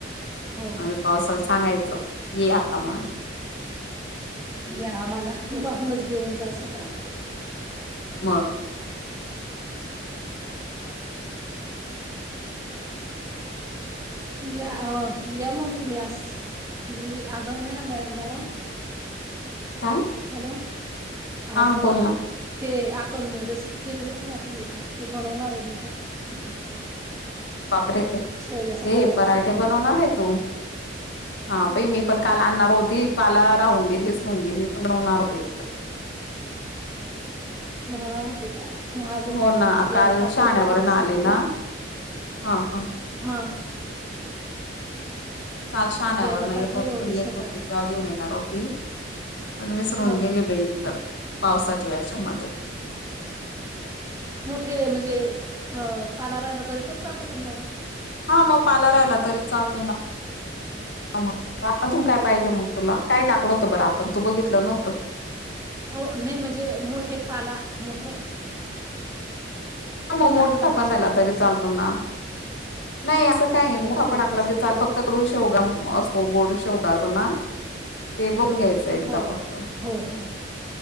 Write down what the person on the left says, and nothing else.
आणि पावसालचा सांगायचं ये आता म्हण
मग
काय
हा
बोल ना
बापरे ते
पराठे बनवणार आहे तू हा बई मी
पण काल आणणार होती काला राहून गेलीच गे मी पण नवणार हो
हो ना
काल
शहाण्यावरन
आले
ना हा हा
काल शाण्यावर
येत
येत
होती ज घेऊन येणार होती. पण विसरून
गेली बाईइत तर पावसाच्या याच्या मध्ये
हा मग पाला राहिला तरीच चालते ना मग अजून काय पाहिजे मग तुला काय टाकलं होतं बरं आपण तू बघितलं नव्हतं.
ह मग
मोठं
ठोकान राहिला
तरी
चालतो ना नाही असं काही नाही
मठ आपण आपला
ते चाल
फक्त कडू शेवगा असो गोड शेवगा असो ना ते बंगेेत
फक्त